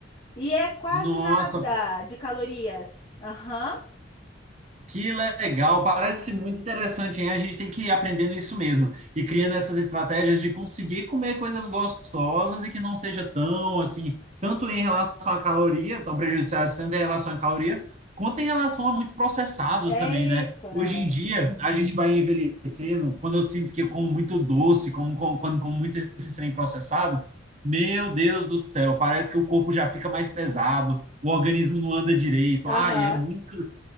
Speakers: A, on the left (about 30°); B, on the right (about 35°).
A: E é quase
B: Nossa,
A: nada de calorias. Aham.
B: Que legal, parece muito interessante, hein? A gente tem que ir aprendendo isso mesmo e criando essas estratégias de conseguir comer coisas gostosas e que não seja tão assim, tanto em relação à caloria, tão prejudiciais tanto em relação à caloria, quanto em relação a muito processados
A: É
B: também, né?
A: isso, né?
B: Hoje em dia, a gente vai envelhecendo, quando eu sinto que eu como muito doce, como, como- quando como muito esse trem processado, meu Deus do céu, parece que o corpo já fica mais pesado, o organismo não anda direito.
A: Aham.
B: Ai, é muito